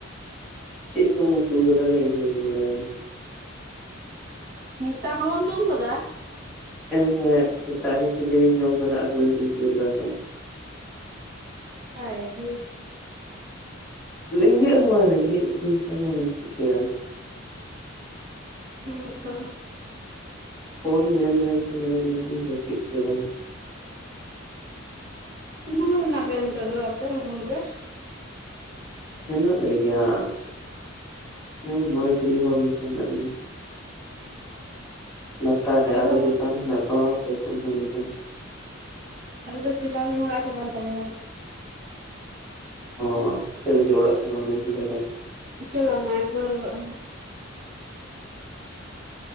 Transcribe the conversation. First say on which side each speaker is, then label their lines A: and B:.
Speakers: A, in the centre; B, on the right (about 60°).
A: ᱪᱮᱫ ᱪᱚ ᱩᱛᱩ ᱠᱟᱫᱟᱞᱮ ᱤᱧᱦᱚᱸ ᱵᱟᱹᱧ ᱵᱟᱰᱟᱭᱟ᱾
B: ᱢᱤᱫᱫᱷᱟᱣ ᱦᱚᱸ ᱵᱟᱢ ᱡᱚᱢ ᱠᱟᱫᱟ
A: ᱮᱸ ᱦᱮᱸᱜ ᱥᱮᱛᱟᱜ ᱨᱮ ᱠᱷᱟᱹᱡᱟᱹᱲᱤᱧ ᱡᱚᱢ ᱠᱟᱫᱟ ᱟᱨ ᱵᱟᱹᱧ ᱵᱩᱡᱫᱟᱲᱮ ᱠᱟ
B: ᱦᱟᱭ ᱦᱤ
A: ᱨᱮᱸᱜᱮᱡ ᱦᱚᱸ ᱵᱟᱝ ᱨᱮᱸᱜᱮᱡ ᱤᱫᱤᱧ ᱠᱟᱱᱟ ᱟᱫᱚᱢ ᱪᱤᱠᱟᱹᱭᱟ᱾
B: ᱦᱮᱸ ᱛᱚ
A: ᱯᱷᱳᱱ ᱧᱮᱞ ᱧᱮᱞ ᱛᱮᱜᱤᱧ ᱡᱟᱹᱯᱤᱫ ᱠᱮᱫᱟ᱾
B: ᱛᱤᱱᱟᱹᱜ ᱦᱚᱲ ᱢᱮᱱᱟᱜ ᱯᱮᱭᱟ ᱱᱤᱛᱚᱜ ᱫᱚ ᱟᱯᱮ ᱨᱩᱢ ᱨᱮ?
A: ᱦᱮᱱᱟᱜ ᱞᱮᱜᱮᱭᱟ ᱩᱸ ᱢᱚᱬᱮ ᱛᱩᱨᱩᱭ ᱦᱚᱲ ᱞᱮᱠᱟ ᱢᱮᱱᱟᱜ ᱞᱮᱭᱟ᱾ ᱞᱟᱛᱟᱨ ᱨᱮ,
B: ᱟᱞᱮ
A: ᱟᱨᱦᱚᱸ
B: ᱫᱚ
A: ᱪᱮᱛᱟᱱ ᱨᱮ, ᱦᱮᱱᱟᱜ ᱠᱚᱣᱟ ᱦᱚᱲ ᱯᱮ ᱯᱩᱱ ᱦᱚᱲ ᱞᱮᱠᱟ᱾
B: ᱟᱞᱮ ᱫᱚ ᱥᱮᱞᱟᱤᱱ ᱚᱲᱟᱜ-ᱮ ᱪᱟᱞᱟᱣᱮᱱ ᱛᱟᱞᱮᱭᱟ᱾
A: ᱳᱭ ᱪᱮ ᱞᱟᱹᱜᱤᱫ ᱚᱲᱟᱜ-ᱮ ᱪᱟᱞᱟᱣ ᱱᱮ ᱡᱤᱞ ᱫᱟᱠᱟ
B: ᱪᱟᱞᱟᱣ ᱱᱟᱭ ᱵᱟᱹᱨᱦᱟᱹ ᱟᱱᱩ᱾